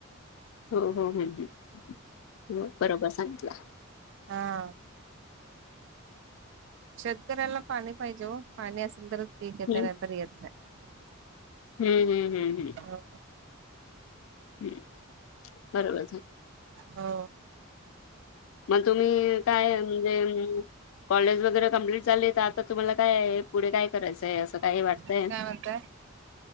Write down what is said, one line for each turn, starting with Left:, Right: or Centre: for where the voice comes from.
Left: हो हो हो हो बरोबर सांगितलं.
Right: हा शेतकऱ्याला पाणी पाहिजे हो पाणी असेल तरच पीक येतनंतर
Left: हम्म
Right: येत नाही.
Left: हम्म हम्म हम हम्.
Right: ह
Left: हम् बरोबर.
Right: हो
Left: मग तुम्ही काय म्हणजे. कॉलेज वगैरे कम्प्लीट झाली तर आता तुम्हाला काय पुढे काय करायचंय असं काही वाटत.
Right: काय म्हणताय